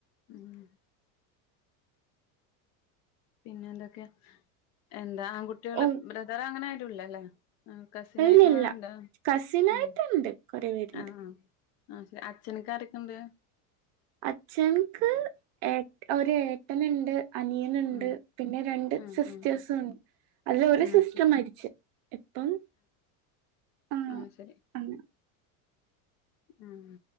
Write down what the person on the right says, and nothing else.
ഓ
ഇല്ലില്ല
കസിനായിട്ടുണ്ട്
കൊറെ പേരുണ്ട്
അച്ഛൻക്ക് ഏ ഒരേട്ടനുണ്ട് അനിയന്ണ്ട്
പിന്നെ രണ്ട്
സിസ്റ്റേഴ്സും
ഉണ്ട് അതല് ഒരു
സിസ്റ്റർ മരിച്ചു ഇപ്പം ആഹ്
അങ്ങനെ